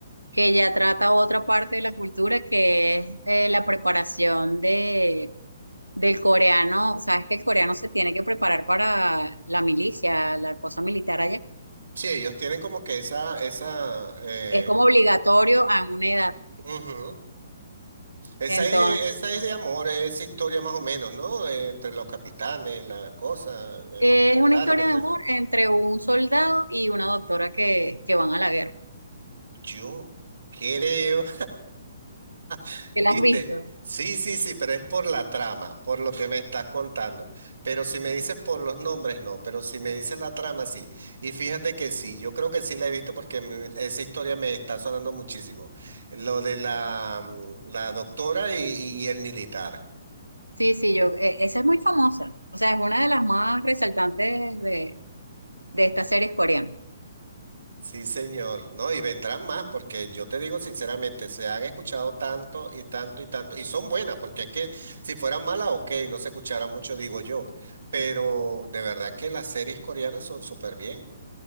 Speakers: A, on the right; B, on the right.
A: que ya trata otra parte de la cultura que es eh, la preparación de, del coreano. Sabes que el coreano se tiene que preparar para la milicia, la cosa militar allá.
B: sí, ellos tienen como que esa, esa, eh,
A: Es como obligatorio a una edad.
B: Ujú. Esa
A: Entonces,
B: es, esa es de amor, esa historia más o menos, ¿no? Eh, entre los capitanes, la cosa, de
A: es
B: los militares
A: una historia
B: que me está
A: de amor
B: diciendo.
A: entre un soldado y una doctora que, que van a la guerra.
B: Yo creo, <laughs>
A: ¿Que
B: ¿viste?
A: la has visto?
B: Sí, sí, sí, pero es por la trama, por lo que me estás contando. Pero si me dices por los nombres, no, pero si me dices la trama, sí. Y fíjate que sí, yo creo que sí la he visto porque me- esa historia me está sonando muchísimo. Lo de la, mm, la doctora y, y y el militar.
A: Sí, sí, yo, e- esa es muy famosa. O sea, es una de las más resaltantes de, de estas series coreanas.
B: Sí, señor. No, y vendrán más, porque yo te digo sinceramente, se han escuchado tanto y tanto y tanto, y son buenas, porque es que si fueran malas, ok, no se escucharan mucho, digo yo, pero de verdad que las series coreanas son súper bien.